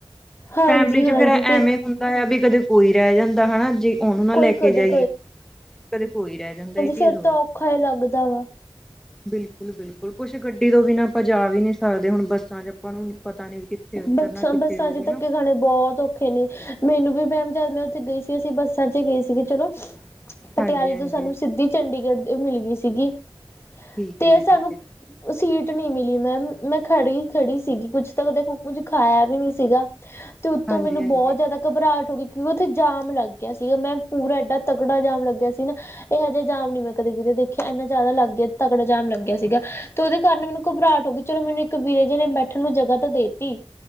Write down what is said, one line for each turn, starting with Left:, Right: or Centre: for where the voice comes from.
Left: ਹਾਂਜੀ
Centre: ਫੈਮਲੀ
Left: ਹਾਂਜੀ
Centre: ਚ ਫਿਰ ਐਵੇਂ
Left: ਤੇ
Centre: ਦਾ ਆ ਵੀ ਕਦੇ ਕੋਈ ਰਹਿ ਜਾਂਦਾ ਹਨਾ ਜੇ ਉਹਨੂੰ ਨਾ
Left: ਕੋਈ
Centre: ਲੈ ਕੇ
Left: ਕਦੇ
Centre: ਜਾਈਏ ਕਦੇ ਕੋਈ ਰਹਿ ਜਾਂਦਾ। ਚੀਜ਼
Left: ਫਿਰ ਤਾਂ ਔਖਾ ਹੀ ਲੱਗਦਾ ਵਾ।
Centre: ਬਿਲਕੁਲ ਬਿਲਕੁਲ ਕੁਛ ਗੱਡੀ ਤੋਂ ਬਿਨਾਂ ਆਪਾਂ ਜਾ ਵੀ ਨਹੀਂ ਸਕਦੇ ਹੁਣ ਬੱਸਾਂ ਚ ਆਪਾਂ ਨੂੰ ਪਤਾ ਨੀ ਕਿੱਥੇ ਉਤਰਨਾ
Left: ਬੱਸਾਂ
Centre: ਕਿੱਥੇ
Left: ਬੱਸਾਂ
Centre: ਹੋਊਗਾ
Left: ਚ ਧੱਕੇ
Centre: ਨਾ
Left: ਖਾਣੇ ਬਹੁਤ ਰੱਖੇ ਨੇ ਮੈਨੂੰ ਵੀ ਮੈਮ ਜਦ ਮੈਂ ਉੱਥੇ ਗਈ ਸੀ ਅਸੀਂ ਬੱਸਾਂ ਚ ਗਈ ਸੀਗੀ ਚਲੋ ਪਟਿਆਲੇ
Centre: ਹਾਂਜੀ-ਹਾਂਜੀ
Left: ਤੋਂ ਸਾਨੂੰ ਸਿੱਧੀ ਚੰਡੀਗੜ੍ਹ ਮਿਲ ਗਈ ਸੀਗੀ
Centre: ਠੀਕ
Left: ਤੇ
Centre: ਹੈ ਜੀ ਠੀਕ
Left: ਸਾਨੂੰ
Centre: ਹੈ
Left: ਸੀਟ ਨਹੀਂੀਮ ਮਿਲੀ ਮੈਮ ਮੈਂ ਖੜੀ ਖੜੀ ਸੀਗੀ ਕੁੱਛ ਤਾਂ ਦੇਖ ਕੁਝ ਖਾਇਆ ਵੀ ਨੀ ਸੀਗਾ ਤੇ ਉੱਤੋਂ
Centre: ਹਾਂਜੀ-ਹਾਂਜੀ,
Left: ਮੈਨੂੰ ਬਹੁਤ ਜ਼ਿਆਦਾ ਘਬਰਾਹਟ ਹੋ ਗਈ ਕਿਉਂਕਿ ਉੱਥੇ ਜਾਮ ਲੱਗ ਗਿਆ ਸੀਗਾ ਮੈਂ ਪੂਰਾ ਐਡਾ ਤਕੜਾ ਜਾਮ ਲੱਗਿਆ ਸੀ ਨਾ ਇਹੋ ਜਿਹਾ ਜਾਮ ਨੀ ਮੈਂ ਕਦੇ ਕਿਤੇ ਦੇਖਿਆ ਇੰਨਾ ਜ਼ਿਆਦਾ ਲੱਗ ਗਿਆ ਤਕੜਾ ਜਾਮ ਲੱਗਿਆ ਸੀਗਾ ਤੇ ਉਹਦੇ ਕਾਰਨ ਮੈਨੂੰ ਘਬਰਾਹਟ ਹੋ ਗਈ। ਚਲੋ ਮੈਨੂੰ ਇੱਕ ਵੀਰੇ ਜੇ ਨੇ ਬੈਠਣ ਨੂੰ ਜਗ੍ਹਾ ਤੇ ਦੇਤੀ।